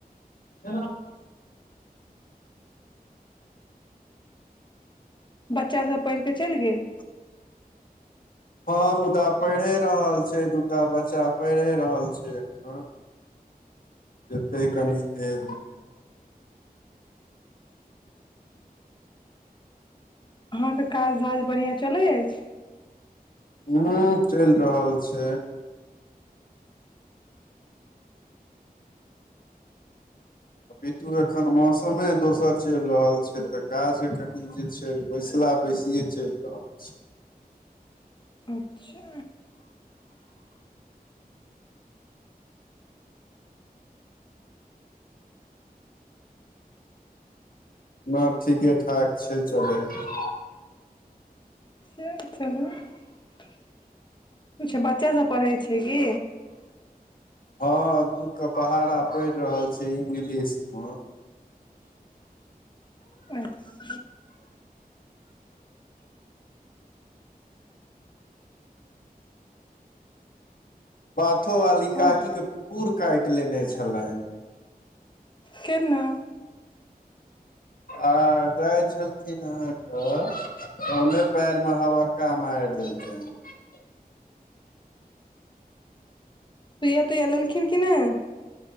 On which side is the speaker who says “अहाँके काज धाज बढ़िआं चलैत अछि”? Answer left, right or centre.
Left